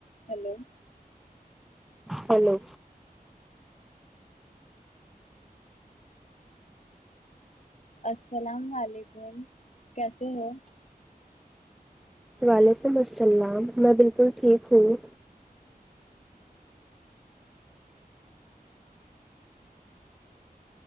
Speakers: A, on the left (about 45°); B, in the centre.
A: ہیلو
B: ہیلو
A: السلام وعلیکم کیسے ہو
B: وعلیکم السلام میں بالکل ٹھیک ہوں